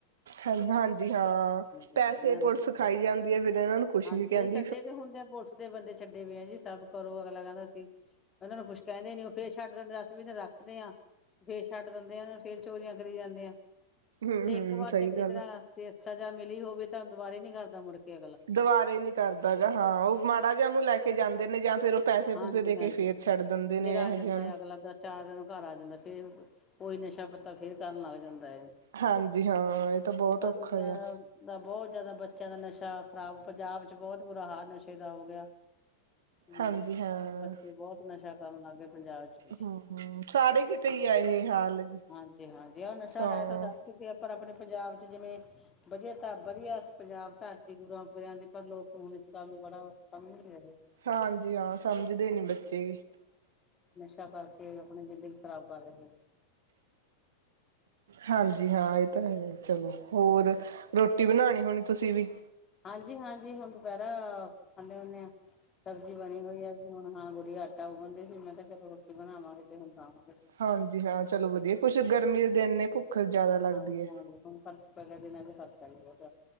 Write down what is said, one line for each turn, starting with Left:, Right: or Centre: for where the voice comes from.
Right: ਹ ਹਾਂਜੀ ਹਾਂ
Left: ਹਾਂਜੀ
Right: ਪੈਸੇ
Left: ਹਾਂਜੀ ਇਹਨਾਂ ਨੂੰ
Right: ਪੁਲਿਸ ਖਾਈ ਜਾਂਦੀ ਹੈ ਫੇਿਰ ਇਹਨਾਂ ਨੂੰ ਕੁਛ
Left: ਹਾਂਜੀ
Right: ਨੀ ਕਹਿੰਦੇ
Left: ਇਹ ਛੱਡੇ ਵੀ ਹੁੰਦੇ ਆ ਪੁਲਿਸ ਦੇ ਬੰਦੇ ਛੱਡੇ ਵੀ ਆ ਜੀ ਸਭ ਕਰੋ ਅਗਲਾ ਕਹਿੰਦਾ ਸੀ ਉਹਨਾਂ ਨੂੰ ਕੁਛ ਕਹਿੰਦੇ ਨੀ ਉਹ ਫੇਰ ਛੱਡ ਦਿੰਦੇ ਅਸੀ ਵੀ ਇਹੂੰ ਰੱਖਦੇ ਆਾਂ ਫੇਰ ਛੱਡ ਦਿੰਦੇ ਆ ਉਹ ਨੂੰ ਫੇਰ ਚੋਰੀਆਂ ਕਰੀ ਜਾਂਦੇ ਆ
Right: ਹੂੰ-ਹੂੰ
Left: ਤੇ ਇੱਕ ਵਾਰ
Right: ਸਹੀ
Left: ਚੰਗੀ
Right: ਗੱਲ
Left: ਤਰ੍ਹਾਂ
Right: ਆ।
Left: ਸ ਸਜ਼ਾ ਮਿਲੀ ਹੋਵੇ ਤਾਂ ਦੁਾਰੇ ਨੀ ਕਰਦਾ ਮੁੜ ਕੇ ਅਗਲਾ
Right: ਦੁਵਾਰੇ ਨ ਕਰਦਾ ਗਾ ਹਾਂ ਉਹ ਮਾੜਾ ਜਿਹਾ ਨੂੰ ਲੈ ਕੇ ਜਾਂਦੇ ਨੇ ਜਾਂ ਫੇਿਰ ਉਹ ਪੈਸੇ
Left: ਹਾਂਜੀ
Right: ਪੂਸੇ ਦੇ
Left: ਹਾਂਜੀ
Right: ਕੇ ਫੇਰ ਛੱਡ ਦਿੰਦੇ ਨੇ
Left: ਫੇਰ ਆ
Right: ਇਹੋ
Left: ਜਾਂਦਾ
Right: ਜਿਹਾ ਨੂੰ
Left: ਹੈ ਅਗਲਾ ਦਾ ਚਾਰ ਦਿਨ ਘਰ ਆ ਜਾਂਦਾ ਫੇਰ ਉਹੀ ਨਸ਼ਾ ਪੱਤਾ ਫੇਰ ਕਰਨ ਲੱਗ ਜਾਂਦਾ ਹੈ ਜੀ
Right: ਹਾਂਜੀ ਹਾਂ ਇਹ ਬਹੁਤ
Left: ਹੁਣ ਤਾਂ
Right: ਔਖਾ
Left: ਦੁਨੀਆਂ
Right: ਆ।
Left: ਦਾ ਬਹੁਤ ਜਿਆਦਾ ਬੱਚਿਆਂ ਦਾ ਨਸ਼ਾ ਖ਼ਰਾਬ ਪੰਜਾਬ ਬਹੁਤ ਬੁਰਾ ਹਾਲ ਨਸ਼ੇ ਦਾ ਹੋ ਗਿਆ ਹਮ
Right: ਹਾਂਜੀ ਹਾਂ
Left: ਬੱਚੇ ਬਹੁਤ ਨਸ਼ਾ ਕਰਨ ਲੱਗ ਗਏ ਪੰਜਾਬ ਚ ਵੀ
Right: ਹੂੰ-ਹੂੰ ਸਾਰੇ ਕਿਤੇ ਹੀ ਆ ਇਹ ਹਾਲ ਜੀ।
Left: ਹਾਂਜੀ ਹਾਂਜੀ ਆਹ ਨਸ਼ਾ
Right: ਹਾਂ
Left: ਹੈ ਤਾਂ ਸਭ ਕਿਤੇ ਪਰ ਆਪਣੇ ਪੰਜਾਬ ਚ ਜਿਵੇਂ ਵਧੀਆ ਧ ਵਧੀਆ ਪੰਜਾਬ ਧਰਤੀ ਗੁਰੂਆਂ ਪੁਰਿਆਂ ਦੇ ਪਰ ਲੋਕ ਹੁਣ ਇਸ ਗੱਲ ਨੂੰ ਬੜਾ ਕੰਿਲ ਰਿਹਾ
Right: ਹਾਂਜੀ ਹਾਂ ਸਮਝਦੇ ਨੀ ਬੱਚੇ
Left: ਅੱਛਾ ਕਰਕੇ ਆਪਣੀ ਜ਼ਿੰਦਗੀ ਖ਼ਰਾਬ ਕਰ ਰਹੇ
Right: ਹਾਂਜੀ ਹਾਂ ਇਹ ਤਾਂ ਹੈ ਚਲੋ ਹੋਰ ਰੋਟੀ ਬਣਾਉਣੀ ਹੋਣੀ ਤੁਸੀਂ ਵੀ
Left: ਹਾਂਜੀ ਹਾਂਜੀ ਹੁਣ ਦੁਪਹਿਰਾ ਖਾਂਦੇ ਹੁੰਦੇ ਹ ਸਬਜ਼ੀ ਬਣੀ ਹੋਈ ਹੈ ਵੀ ਹੁਣ ਹਾਂ ਗੁੜੀ ਆਟ ਤਾਂ ਉਹ ਕਹਦੇ ਸੀ ਮੈਂ ਤਾਂ ਚਲੋ ਰੋਟੀ ਬਣਾਵਾਂਗੇ ਤੇ ਹੁਣ ਖਾਵਾਂਗੇ।
Right: ਹਾਂਜੀ ਹਾਂ ਚਲੋ ਵਧੀਆ ਕੁਛ ਗਰਮੀ ਨੇ ਜ਼ਿਆਦਾ ਲੱਗਦੀ
Left: ਹਾਂਜੀ
Right: ਹੈ।
Left: ਹਾਂਜੀ ਹੁਣ ਖਰਚ ਪੈ ਗਿਆ ਦਿਨਾਂ ਚ ਖਰਚ ਸ ਹੋਜ਼